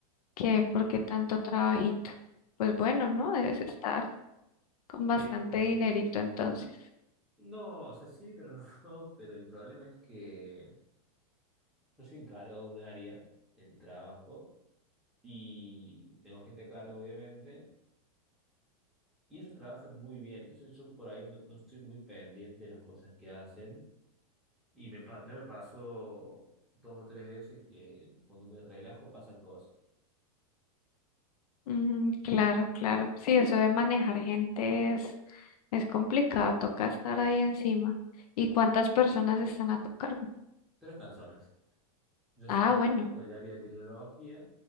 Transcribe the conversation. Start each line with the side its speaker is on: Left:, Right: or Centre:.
Left: qué? ¿Por qué tanto trabajito? Pues bueno, ¿no? Debes estar con bastante
Centre: Eh, eh,
Left: dinerito entonces.
Centre: no, o sea, sí, pero no. <laughs> no, Pero el problema es que yo soy encargado de un área en el trabajo y tengo gente a cargo, obviamente, y ellos trabajan muy bien. Entonces yo por ahí no, no estoy muy pendiente de las cosas que hacen y me, pa- ya me pasó dos o tres veces que cuando me relajo pasan cosas.
Left: Mm, claro, claro. Sí, eso de manejar gente es, es complicado. Toca estar ahí encima. ¿Y cuántas personas están a tu cargo?
Centre: Tres personas. Yo
Left: Ah,
Centre: soy encargado
Left: bueno.
Centre: del área de tecnología,